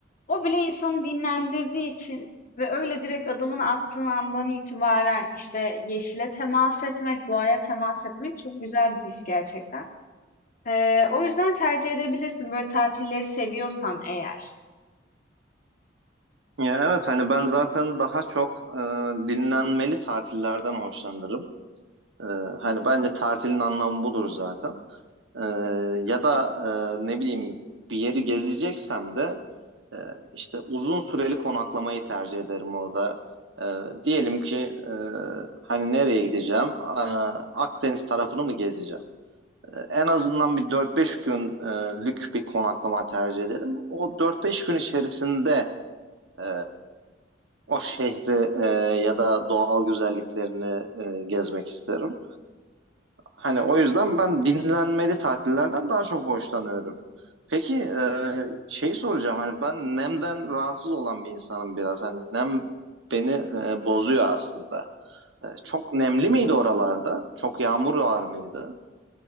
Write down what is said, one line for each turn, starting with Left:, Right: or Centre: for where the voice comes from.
Left: o bile insanı dinlendirdiği için ve öyle direkt adımını attığın andan itibaren işte yeşile temas etmek, doğaya temas etmek çok güzel bir his gerçekten. Ee, o yüzden tercih edebilirsin böyle tatilleri seviyorsan eğer.
Right: Ya evet hani ben zaten daha çok e, dinlenmeli tatillerden hoşlanırım. E, hani bence tatilin anlamı budur zaten. E, ya da e, ne bileyim bir yeri gezeceksem de Ee, işte uzun süreli konaklamayı tercih ederim orada. Ee, diyelim ki e, hani nereye gideceğim? Aa, Akdeniz tarafını mı gezeceğim? Ee, en azından bir dört beş günlük bir konaklama tercih edelim. O dört beş gün içerisinde e, o şehri e, ya da doğal güzelliklerini e, gezmek isterim. Hani o yüzden ben dinlenmeli tatillerden daha çok hoşlanıyorum. Peki e, şeyi soracağım hani ben nemden rahatsız olan bir insanım biraz. Hani nem beni e, bozuyor aslında. E, çok nemli miydi oralarda? Çok yağmur var mıydı?